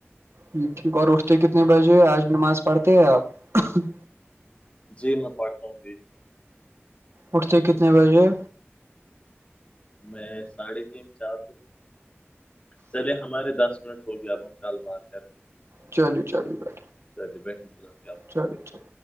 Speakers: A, on the right; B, on the left.
A: جی ٹھیک اور اٹھتے کتنے بجے آج نماز پڑھتے آپ <unintelligible>
B: جی میں پڑھتا ہوں <unintelligible>
A: اٹھتے کتنے بجے ہو
B: میں ساڑھے تین چار بجے <inaudible> چلے ہمارے دس منٹ ہو گیا اب ہم کل بات کرتے
A: چلو چلو بائی
B: <unintelligible>
A: چلیے <unintelligible>